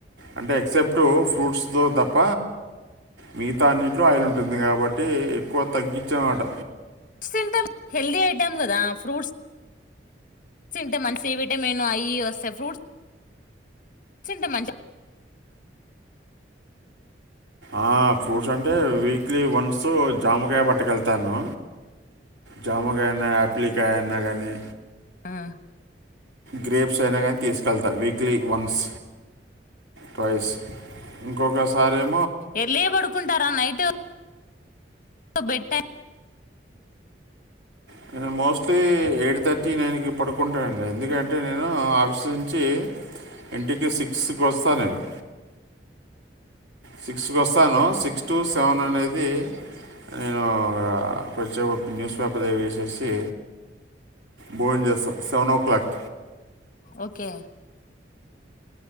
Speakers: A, on the right (about 85°); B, on the left (about 50°).
A: అంటే ఎక్సెప్ట్ ఫ్రూట్స్తో తప్ప మిగతా అన్నింటిలో ఆయిల్ ఉంటుంది కాబట్టి ఎక్కువ తగ్గించమాట
B: స్ తింటా హెల్దీ ఐటమ్ గదా ఫ్రూట్స్ చింటె మంచి విటమిన్ అయి వస్తే ఫ్రూట్స్ తింటే మంచి
A: ఆ ప్ ఫ్రూట్స్ అంటే వీక్లీ వన్స్ జామకాయ పట్టుకెళ్తాను జామకాయన్న ఆపిలికాయన్న గానీ
B: ఆ
A: గ్రేప్స్ అయినా కానీ తీసుకెళ్తా వీక్లీ వన్స్ ట్వైస్ ఇంకొకసారేమ్
B: ఎర్లీ గా పడుకుంటారా నైట్ బెడ్ టైం
A: నేను మోస్ట్లీ ఎడ్త్ తర్టీ నైన్కి పడుకోన్ ఎందుకంటే నేను ఆఫీస్ నుంచి ఇంటికి సిక్స్కి వస్తా నేను సిక్స్ కి వస్తాను సిక్స్ టు సెవెన్ అనేది నేను వచ్చే వరకు న్యూస్ పపదవి వచ్చసి బోర్ం చేస్తారు సెవెన్ ఓ క్లాక్
B: ఓకే